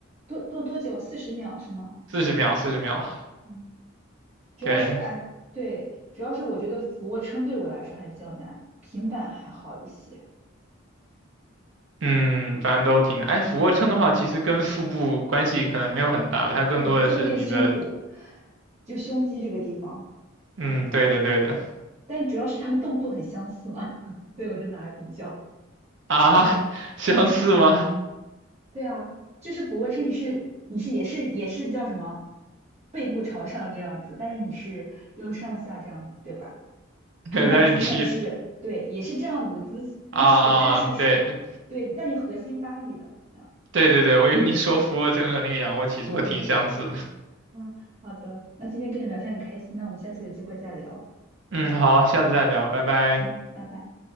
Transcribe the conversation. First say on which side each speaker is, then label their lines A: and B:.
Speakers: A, on the right; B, on the right.
A: 多做多久？四十秒是吗？
B: 四十秒，四十秒，
A: 嗯，主要是哎，
B: 对，
A: 对，主要是我觉得俯卧撑对我来说还比较难，平板还好一些。
B: 嗯，反正都挺哎，俯卧撑的话，其实跟腹部关系可能没有很大，它更多的是你的，
A: 对，就练胸部，就胸肌这个地方，
B: 嗯，对的，对的。
A: 但主要是他们动作很相似嘛，<laughs> 所以我就拿来比较。
B: 啊，
A: 对。
B: <laughs> 相似吗？
A: 对啊，就是俯卧撑，你是你是也是也是叫什么，背部朝上这样子，但是你是用上下这样子，对吧？平板支撑是对，
B: 对，但是你也
A: 也是这样子的姿姿势，
B: 啊啊啊，
A: 但是是对，
B: 对，
A: 但你核心发力的这样。
B: 对对对，我以为你说俯卧撑和那个仰卧起坐挺相似的。
A: 嗯，好的，那今天跟你聊天很开心，那我们下次有机会再聊。
B: 嗯，好，下次再聊，拜拜。
A: 嗯，拜拜。